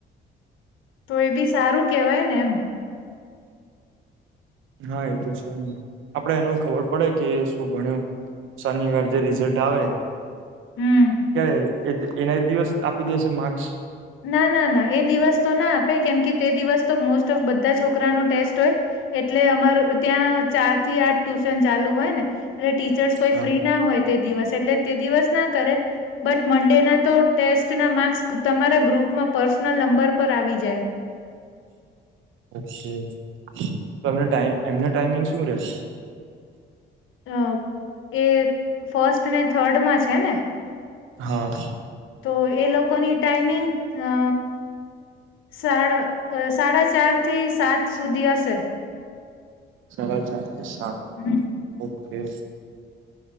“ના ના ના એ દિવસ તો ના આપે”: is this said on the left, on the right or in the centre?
Left